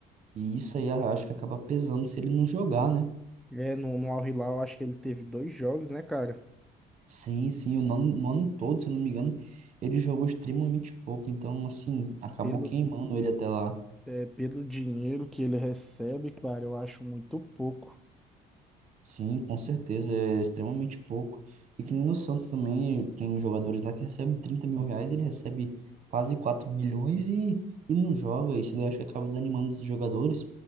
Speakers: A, on the right; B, in the centre.
A: e isso aí eu acho que acaba pesando se ele não jogar, né?
B: É, no, no Al Hilal, eu acho que ele teve dois jogos, né, cara?
A: Sim, sim, o nono, no ano todo, se eu não me engano, ele jogou extremamente pouco, então, assim, acabou
B: Pelo,
A: queimando ele até lá.
B: é, pelo dinheiro que ele recebe, cara, eu acho muito pouco.
A: Sim, com certeza, é extremamente pouco. E que nem no Santos também, tem jogadores lá que recebem 30 mil reais, ele recebe quase 4 milhões e, e não joga. Isso daí eu acho que acaba desanimando os jogadores.